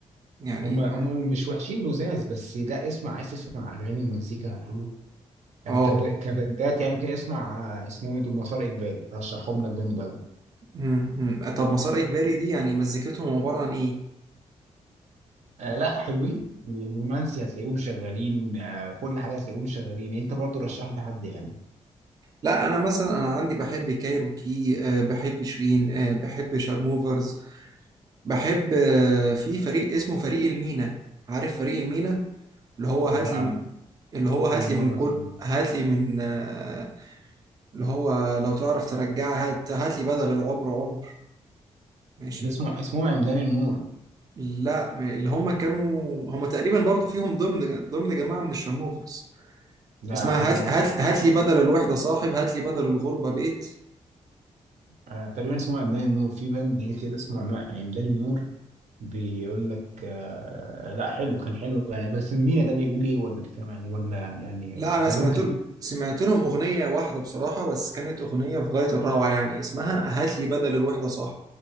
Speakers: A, on the right; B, on the right.
A: يعني
B: هم هم مش وحشين لزاز بس لا اسمع عايز تسمع اغاني ومزيكا حلوه يعني
A: اه
B: كب- كبندات يعني كده اسمع آه، اسمهم إيه دول مسار اجباري رشحهم لك جامد قوي
A: مم، مم. طب مسار اجباري دي يعني مزيكتهم عباره عن ايه
B: آه لا حلوين الرومانسي هتلاقيهم شغالين آه كل حاجه هتلاقيهم شغالين انت برضو رشح لحد يعني
A: لا انا مثلا انا عندي بحب كايروكي آه، بحب شيرين آه، بحب شارموفرز بحب آه، في فريق اسمه فريق المينا عارف فريق المينا اللي هو هات
B: ده
A: لي
B: عن-
A: اللي هو هات
B: اول
A: لي
B: مره
A: من كل
B: اسمع
A: هات لي من آه، اللي هو لو تعرف ترجعها هات هات لي بدل العمر عمر ماشي
B: ده اسمه اسمهم عمدان النور
A: لا م- اللي هم كانوا هم تقريبا برضو فيهم ضمن ضمن جماعة من الشرموفرز
B: لا
A: اسمها
B: اول
A: هات
B: مره
A: هات
B: اسمع
A: هات لي بدل الوحدة صاحب هات لي بدل الغربة بيت
B: آه تقريبا اسمهم عمدان النور في بند هي كده اسمه عم- عمدان النور بيقول لك آه لا حلو كان حلو يعني بس مين ده بيقول ايه ولا بيتكلم عن ايه ولا يعني
A: لا
B: بقالهم
A: انا سمعت
B: كتير
A: ل- سمعت لهم اغنيه واحده بصراحه بس كانت اغنيه في غايه الروعه يعني اسمها هات لي بدل الوحده صاحب